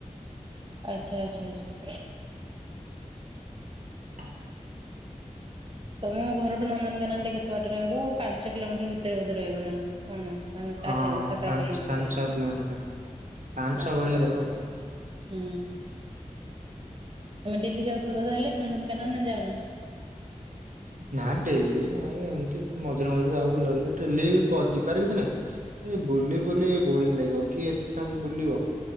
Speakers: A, on the right; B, on the right.
A: ଆଚ୍ଛା ଆଚ୍ଛା ଆଚ୍ଛା।
B: <inaudible>
A: ତମ ଘରଠୁ ନନ୍ଦନକାନନ ଟା କେତେ ବାଟ ରହିବ ପାଞ୍ଚ କିଲୋମିଟର ଭିତରେ ବୋଧେ ରହିବ ନା। କଣ ପାଞ୍ଚ
B: ହଁ
A: ଆଠ ସାତ
B: ପାଞ୍ଚ
A: ଆଠ କିଲୋମିଟତରେ
B: ପାଞ୍ଚ ଛଅ କିଲୋମିଟର ଭଳିଆ, ପାଞ୍ଚ ଛଅ
A: ଆଚ୍ଛା
B: ଭଳିଆ
A: ଆଚ୍ଛା।
B: ରହିବ ଆଉ।
A: ହୁଁ। ତମେ ଡେଲି ଯାଉଥିବତ ତାହେଲେ ନନ୍ଦନକାନନ ନା ଯାଉନ?
B: ନା ଡେଲି ନାଇଁ ଏମିତି ମଝିରେ ମଝିରେ ଯାଉ ବୁଲାବୁଲି ଡେଲି କ ଯିବାର କିଛି ନାଇଁ। ଏଇ ବୁଲି ବୁଲି ବୋରିଂ ଲାଗିବ କିଏ ଏତେ ସମୟ ବୁଲିବ।